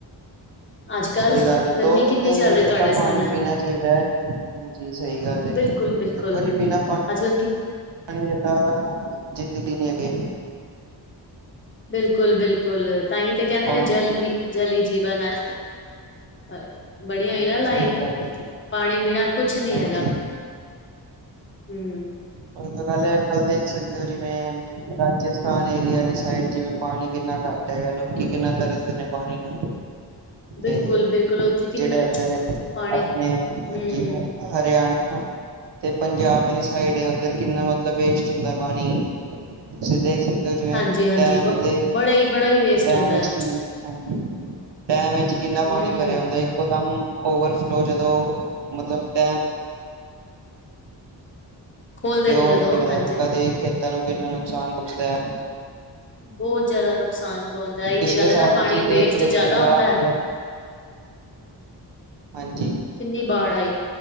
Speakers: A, on the left (about 30°); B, on the right (about 85°).
A: ਅੱਜ ਕੱਲ੍ਹ
B: ਸਹੀ ਗੱਲ ਹੈ ਦੋ
A: ਗਰਮੀ
B: ਤੋਂ
A: ਕਿੰਨੀ
B: ਤਿੰਨ
A: ਚੱਲ
B: ਲੀਟਰ
A: ਰਹੀ ਤੁਹਾਡੇ
B: ਤਾਂ ਪਾਣੀ
A: ਸਾਹਮਣੇ।
B: ਪੀਣਾ ਚਾਹੀਦਾ ਹੈ ਹਾਂਜੀ ਸਹੀ ਗੱਲ ਹੈ
A: ਬਿਲਕੁਲ- ਬਿਲਕੁਲ,
B: ਦੇਖੋ ਜੀ ਬਿਨਾਂ
A: ਅੱਜ ਕੱਲ੍ਹ ਕੀ
B: ਪਾਣੀ ਦਿੱਤਾ, ਜ਼ਿੰਦਗੀ ਨੇ ਅੱਗੇ।
A: ਬਿਲਕੁਲ- ਬਿਲਕੁਲ, ਤਾਂਹੀ ਤੇ ਕਹਿੰਦੇ
B: ਪਾਣੀ
A: ਨੇ ਜਲ ਹੀ, ਜਲ ਹੀ ਜੀਵਨ ਹੈ। ਹਾਏ! ਬਣੀ ਹੋਈ
B: ਹਾਂ
A: ਨਾ ਲਾਈਨ,
B: ਸਹੀ ਗੱਲ ਏ
A: ਪਾਣੀ ਬਿਨਾ ਕੁਛ ਨੀ
B: ਹਾਂਜੀ
A: ਹੈਗਾ। ਹੰ।
B: ਓਹੀ ਤਾਂ ਗੱਲ ਏ ਅੱਜ ਕੱਲ ਦੇਖ ਸਕਦੇ ਹੋ ਜੀ। ਜਿਵੇਂ, ਰਾਜਸਥਾਨ ਏਰੀਆ ਅਲੀ ਸਾਈਡ, ਜਿਵੇਂ ਪਾਣੀ ਕਿੰਨਾ ਘੱਟ ਹੈਗੈ। ਲੋਕੀ ਕਿੰਨਾ ਤਰਸ ਆਪਣੇ ਪਾਣੀ ਨੂੰ
A: ਬਿਲਕੁਲ-
B: ਤੇ
A: ਬਿਲਕੁਲ ਉੱਥੇ ਕਿੰਨਾ,
B: ਜਿਹੜੇ ਇੱਧਰ
A: ਪਾਣੀ,
B: ਆਪਣੇ ਹਾਂਜੀ
A: ਹੰ।
B: ਹ- ਹਰਿਆਣਾ, ਤੇ ਪੰਜਾਬ ਵਾਲੀ ਸਾਈਡ ਏ ਇਧਰ ਕਿੰਨਾ ਮਤਲਬ ਵੇਸਟ ਹੁੰਦੈ ਪਾਣੀ। ਤੁਸੀਂ ਦੇਖ ਸਕਦੇ ਜਿਵੇਂ
A: ਹਾਂਜੀ ਹਾਂਜੀ
B: ਡੈਮ
A: ਬ
B: ਤੇ
A: ਬੜਾ ਹੀ ਬੜਾ ਹੀ ਵੇਸਟ
B: ਡੈਮ
A: ਹੁੰਦਾ
B: ਚ' ਕੀ ਹਾਂਜੀ, ਡੈਮ ਵਿੱਚ ਕਿੰਨਾ
A: ਹਮ
B: ਪਾਣੀ ਭਰਿਆ ਹੁੰਦਾ ਏ? ਇੱਕ ਦਮ ਓਵਰਫਲੋ ਜਦੋਂ, ਮਤਲਬ ਡੈਮ
A: ਖੋਲਦੇ
B: ਤੇ
A: ਨੇ
B: ਓਵਰਫਲੋ
A: ਜਦੋਂ
B: ਹੋ,
A: ਹਾਂਜੀ
B: ਲੋਕਾਂ ਦੇ ਖੇਤਾਂ ਨੂੰ ਕਿੰਨਾ ਨੁਕਸਾਨ ਪੁੰਹਚਦਾ।
A: ਬਹੁਤ ਜਿਆਦਾ ਨੁਕਸਾਨ ਪਹੁੰਚਦਾ। ਇਹੀ
B: ਪਿਛਲੇ
A: ਤੇ ਗੱਲ
B: ਸਾਲ
A: ਏ ਨਾ,
B: ਤੁਸੀਂ
A: ਪਾਣੀ
B: ਦੇਖ
A: ਵੇਸਟ
B: ਸਕਦੇ
A: ਜਿਆਦਾ
B: ਹੋ ਪੰਜਾਬ
A: ਹੁੰਦਾ।
B: ਦੇ ਹਾਂਜੀ।
A: ਕਿੰਨੀ ਬਾੜ ਆਈ,